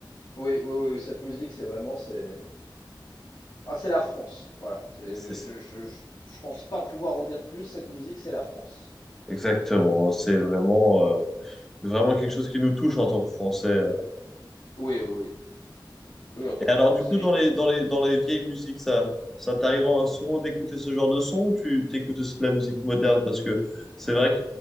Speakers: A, on the left; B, in the centre.
A: Oui, oui, oui, oui, cette musique, c'est vraiment, c'est, ah, c'est la France. Voilà, c'est,
B: C'est- c'est-
A: je, je, je je pense pas pouvoir en dire plus. Cette musique, c'est la France.
B: Exactement, c'est vraiment, euh, vraiment quelque chose qui nous touche en tant que Français.
A: Oui, oui, oui, oui, en tant
B: Et alors,
A: que Français.
B: du coup, dans les, dans les, dans les vieilles musiques, ça, ça t'arrive en- souvent d'écouter ce genre de son ou tu t'écoutes aussi de la musique moderne? Parce que c'est vrai que